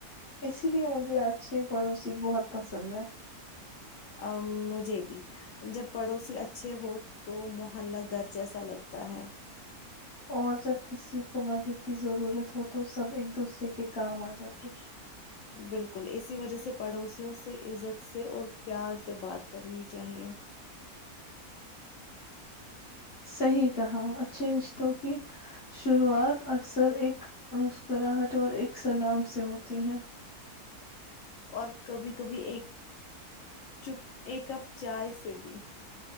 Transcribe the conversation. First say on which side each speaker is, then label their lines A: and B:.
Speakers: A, on the left; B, on the left.
A: اسی لیے مجھے اچھے پڑوسی بہت پسند ہے
B: ام مجھے بھی جب پڑوسی اچھے ہو تو محلہ گھر جیسا لگتا ہے
A: اور جب کسی کو مدد کی ضرورت ہو تو سب ایک دوسرے کے کام آ جاتے
B: بالکل اسی وجہ سے پڑوسیوں سے عزت سے اور پیار سے بات کرنی چاہیے
A: صحیح کہا اچھے رشتوں کی شروعات اکثر ایک مسکراہٹ اور ایک سلام سے ہوتی ہے
B: اور کبھی کبھی ایک چپ ایک کپ چائے سے بھی